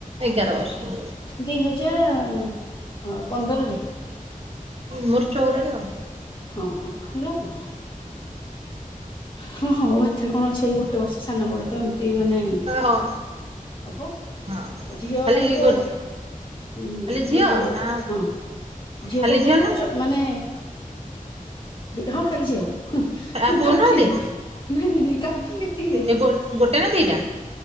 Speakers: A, on the right (about 45°); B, on the left (about 35°).
A: ଏଗାର ବର୍ଷର।
B: ଦି ହଜାର ପନ୍ଦରରେ।
A: ମୋର ଚଉଦରେ ଆଉ
B: ହଁ, ହଁ ସେଇଆ କି। ହଁ, ହଁ, ହଉ ଏଥରେ କ'ଣ ଅଛି ଏଇ ଗୋଟେ ବର୍ଷ ସାନ ବଡ ତ ଏମିତି। ଏ ମାନେ
A: ହଁ।
B: ହବ
A: ହଁ
B: ଝିଅ
A: ଖାଲି
B: ମାନେ କୋଉ।
A: ଗୋ
B: ହୁଁ
A: ଖାଲି ଝିଅ
B: ଇଏରେ
A: ନା
B: ହଁ ଝିଅ
A: ଖାଲି
B: କୋଉଥିରେ ପଡୁଛ।
A: ନା
B: ମାନେ ହଁ ଖାଲି ଝିଅ
A: ଆଉ ପୁଅ
B: କା।
A: ନାହାନ୍ତି
B: କାଫି ନାଇଁ, ନାଇଁ, ନାଇଁ କାଫି ଏତିକିରେ।
A: ଏ ଗୋ ଗୋଟେ ନା ଦିଟା।